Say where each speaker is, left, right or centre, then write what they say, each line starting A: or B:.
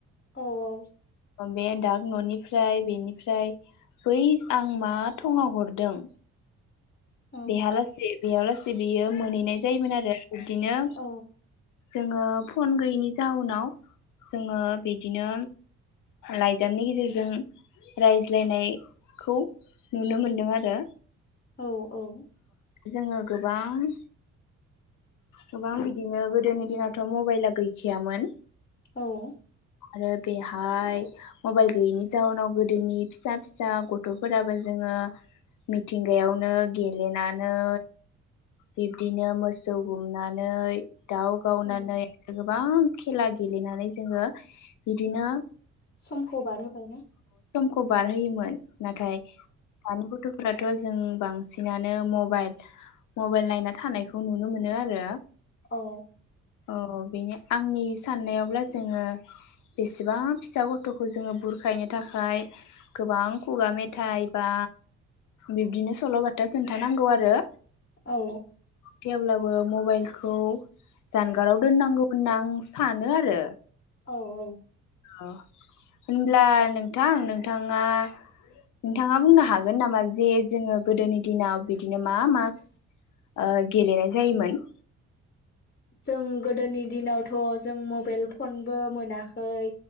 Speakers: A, on the left; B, on the left.
A: औ औ
B: बे दाग ननिफ्राय बेनिफ्राय बै आं मा थङाव हरदों
A: औ
B: बेेहालासे बेयावलासे बियो मोनहैनाय जायोमोन आरो बिब्दिनो
A: औ
B: जोङो फन गैयैनि जाउनाव जोङो बिदिनो लाइजामनि गेजेरजों रायज्लायनायखौ नुनो मोनदोंआरो
A: औ औ
B: जोङो गोबां गोबां बिदिनो गोदोनि दिनावथ मबाइला गैखायामोन
A: औ
B: आरो बेहाय मबाइल गैयैनि जाउनाव गोदोनि फिसा फिसा गथफोराबो जोङो मिथिंगायावनो गेलेनानै बिब्दिनो मोसौ गुमनानै दाउ गावनानै
A: औ
B: लोगो गोबां खेला गेलेनानै जोङो बिदिनो
A: समखौ बारहोबाय ना
B: खौ बारहोयोमोन नाथाय दानि गथ फोराथ जों बांसिनानो मबाइल मबाइल नायना थानायखौ नुनो मोनोआरो
A: औ
B: अ बेनो आंनि साननायावब्ला जोङो बेसेबा फिसा गथ'खौ जोङो बुरखायनो थाखाय गोबां खुगा मेथाइ बा बिब्दिनो सल'बाथा खोनथानांगौ आरो
A: औ
B: थेवब्लाबो मबाइलखौ जानगाराव दोननांगौ होनना आं सानोआरो
A: औ औ
B: अ होनब्ला नोंथां नोंथाङा नोंथाङा बुंनो हागोन नामा जे जोङो गोदोनि दिनाव बिदिनो मा मा ओ गेलेनाय जायोमोन
A: जों गोदोनि दिनावथ जों मबाइल फनबो मोनाखै